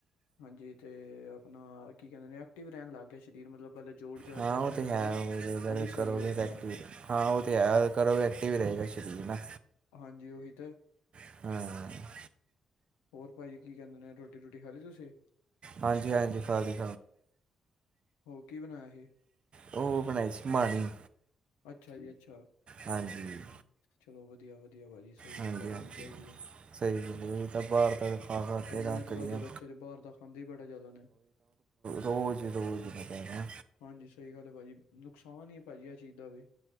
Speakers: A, on the left; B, on the right.
A: ਹਾਂਜੀ ਤੇ ਆਪਣਾ ਕੀ ਕਹਿੰਦੇ ਨੇ ਐਕਟਿਵ ਰਹਿਣ ਲੱਗ ਗਿਆ ਸਰੀਰ ਮਤਲਬ ਪਹਿਲਲੇ ਜੋੜ ਜਾੜ
B: ਹਾਂ
A: ਚ ਦਰਦ
B: ਉਹ ਤੇ ਹੈ
A: ਸੀ ਨਾ
B: ਜਦੋਂ
A: ਉਹ ਵੀ
B: ਕਰੋਗੇ
A: ਸਹੀ ਹੋ ਗਏ
B: ਤਾਂ
A: ਨੇ
B: ਐਕਟਿਵ
A: ਹਣ
B: ਹਾਂ ਉਹ ਤੇ ਹੈ ਕਰੋ ਐਕਟਿਵ ਰਹੇਗਾ ਸਰੀਰ ਨਾ
A: ਹਾਂਜੀ ਉਹੀ ਤੇ
B: ਹਮ
A: ਹੋਰ ਭਾਜੀ ਕੀ ਕਹਿੰਦੇ ਨੇ ਰੋਟੀ ਰੋਟੀ ਖਾ ਲੀ ਤੁਸੀਂ
B: ਹਾਂਜੀ ਹਾਂਜੀ ਖਾ ਲਈ।
A: ਹੋਰ ਕੀ ਬਣਾਇਆ ਸੀ
B: ਉਹ ਬਣਾਈ ਸੀ ਮਾਣੀ
A: ਅੱਛਾ ਜੀ ਅੱਛਾ
B: ਹਾਂਜੀ
A: ਚਲੋ ਵਧੀਆ ਵਧੀਆ ਭਾਜੀ ਸਹੀ
B: ਹਾਂਜੀ
A: ਚੀਜ਼ਾਂ ਖਾਣੀ
B: ਹਾਂਜੀ
A: ਚਾਹੀਦੀਆਂ
B: ਸਹੀ ਹ ਮੈਂ ਤੇ ਬਾਹਰ ਦੀਆਂ ਚੀਜ਼ਾਂ ਖਾ ਖਾ
A: ਜਿਵੇਂ
B: ਕੇ ਅੱਕ
A: ਅੱਜ ਕੱਲ੍ਹ
B: ਗਿਆ।
A: ਦੇ ਬੱਚੇ ਤੇ ਬਾਹਰ ਦਾ ਖਾਂਦੇ ਹੀ ਬੜਾ ਜ਼ਿਆਦਾ ਨੇ
B: ਰੋਜ਼ ਰੋਜ਼ ਮੈਂ ਕਹਿ ਰਿ
A: ਹਾਂਜੀ ਸਹੀ ਗੱਲ ਹੈ ਭਾਜੀ ਨੁਕਸਾਨ ਹੀ ਭਾਜੀ ਆ ਚੀਜ਼ ਦਾ ਵੀ